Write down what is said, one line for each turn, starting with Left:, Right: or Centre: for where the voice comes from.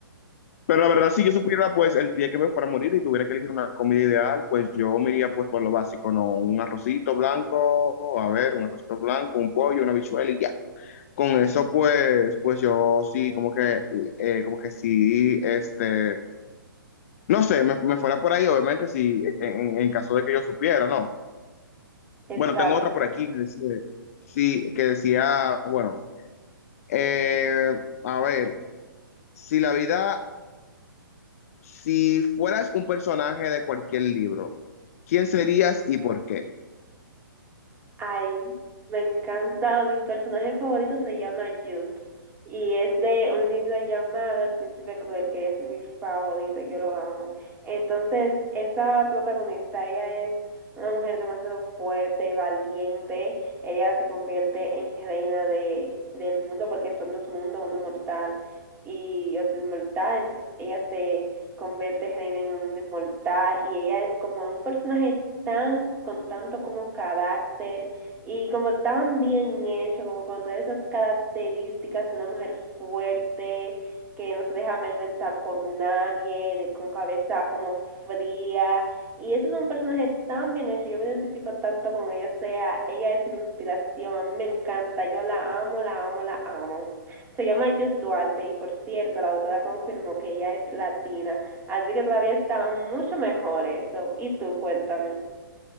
Left: Pero la verdad, si yo supiera, pues, el día que me fuera a morir y tuviera que elegir una comida ideal, pues yo me iría, pues, por lo básico, ¿no? Un arrocito blanco, a ver, un arrocito blanco, un pollo, una habichuela y ya. Con eso, pues, pues yo sí, como que, eh, como que sí, este, no sé, me, me fuera por ahí, obviamente, si, en, en caso de que yo supiera, ¿no?
Right: <laughs> Exacto.
Left: Bueno, tengo otra por aquí que decía, sí, que decía, bueno, eh, a ver, si la vida, si fueras un personaje de cualquier libro, ¿quién serías y por qué?
Right: Ay, me encanta. Mi personaje favorito se llama Jude y es de un libro llamado El Príncipe Cruel, que es mi favorito, yo lo amo. Entonces, esa protagonista, ella es una mujer demasiado fuerte, valiente. Ella se convierte en reina de, del mundo porque son dos mundos, uno mortal y otro inmortal. Entonces, ella se convierte reina en un mundo inmortal y ella es como un personaje tan, con tanto como carácter y como tan bien hecho, como con todas esas características de una mujer fuerte, que no se deja amedrentar por nadie, de, con cabeza como fría. Y ese es un personaje tan bien hecho, yo me identifico tanto con ella, o sea, ella es mi inspiración, a mí me encanta, yo la amo, la amo, la amo. Se llama Jude Duarte y por cierto, la autora confirmó que ella es latina, así que todavía está mucho mejor eso. Y tú, cuéntame.